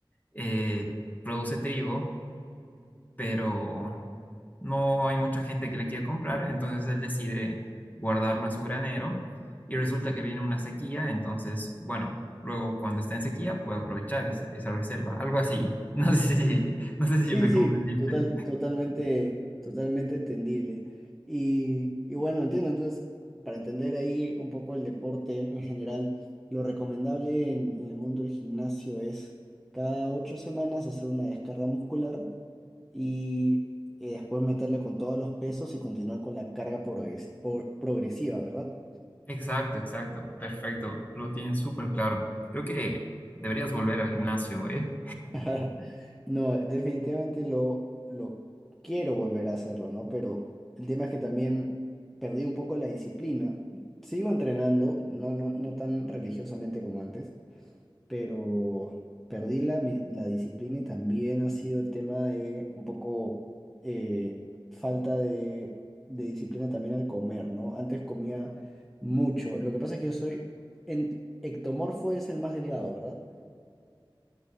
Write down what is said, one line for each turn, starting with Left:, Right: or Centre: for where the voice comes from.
Left: eh, produce trigo, pero no hay mucha gente que le quiere comprar, entonces él decide guardarlo en su granero y resulta que viene una sequía, entonces, bueno, luego cuando está en sequía puede aprovechar esa, esa reserva, algo así. <laughs> No sé si, no sé
Centre: Sí,
Left: si me
Centre: sí,
Left: comprendiste.
Centre: total, totalmente, totalmente entendible. Y, y bueno, entiendo, entonces, para entender ahí un poco el deporte en general, lo recomendable en, en el mundo del gimnasio es cada ocho semanas hacer una descarga muscular y eh, después meterle con todos los pesos y continuar con la carga progres- por- progresiva, ¿verdad?
Left: Exacto, exacto, perfecto, lo tienes súper claro. Creo que deberías volver al gimnasio, ¿eh?
Centre: <laughs> No, definitivamente lo, lo quiero volver a hacerlo, ¿no? Pero el tema es que también perdí un poco la disciplina. Sigo entrenando, no, no, no tan religiosamente como antes, pero perdí la, mi- la disciplina y también ha sido el tema de un poco eh, falta de, de disciplina también al comer, ¿no? Antes comía mucho. Lo que pasa es que yo soy, en ectomorfo es el más delgado, ¿verdad?